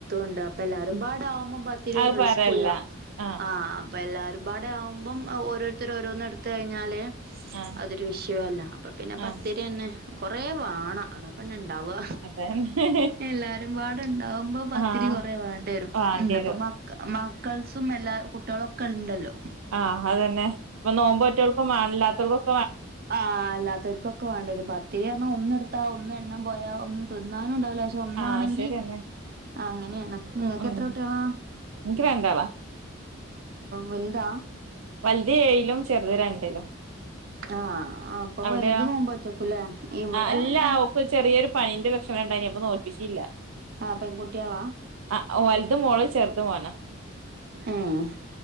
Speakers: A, on the right; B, on the right.
A: ണ്ട് അപ്പൊ എല്ലാരും
B: ഉം.
A: പാട ആവുമ്പോത്തിരി
B: അത്
A: ഒരു റിസ്കൂല്ല
B: പറല്ല ആഹ്
A: ആ അപ്പോം എല്ലാവരുംപാട ആവുമ്പം ഓരോരുത്തര് ഓരോന്ന് എടുത്ത് കഴിഞ്ഞാല്
B: ആഹ്
A: അതൊരു വിഷയല്ല അപ്പൊ പിന്നെ പത്തിര
B: ആഹ്
A: തന്നെ കൊറെ വേണം അതാപ്പന്നെ ഇണ്ടാവ
B: അതന്നെ
A: എല്ലാരും വാടെണ്ടാവുമ്പോ പത്തിരി
B: ആഹ്
A: കൊറ വേണ്ട വരും
B: വാണ്ടിയരും
A: ഇപ്പ മക്കൾസും എല്ലാരും ളക്കുണ്ടല്ലോ
B: ആഹ് അത്തന്നെ ഇപ്പൊ നോമ്പ് ഒറ്റവൾക്കുംല്ലാത്തവർക്കും
A: ആഹ അല്ലാത്തവർക്കൊ വേണ്ട പത്തിരിയണം ഒന്ന എടുത്താ ഒന്ന് എണ്ണം പോയാ ഒന്നും തിന്നാനുംണ്ടാവല്ലോ ഒന്നാണെങ്കി
B: ആഹ് ശരിയന്നെ
A: അങ്ങനെയാണ് നിങ്ങക്ക്
B: ഉം
A: എത്ര ട്ടികളാ
B: എനിക്ക് രണ്ടാളാ
A: വലുതാ
B: വലുതി ഏഴിലും ചെറുത് രണ്ടിലും
A: ആഹ ആ ഇപ്പൊ
B: അവിടെയോ
A: വലുത പോവുമ്പോറ്റക്കൂല്ലേ ഇവിടെ
B: അല്ല
A: ആ
B: ഓക്ക് ചെറിയൊരു പനീന്റെ ലക്ഷണം ഉണ്ടായിനി അപ്പൊ നോൽപ്പിച്ചില്ല
A: ആ പെൺകുട്ടികളാ
B: ആ വലതും മോള് ചെറുത് മോന്
A: ഉം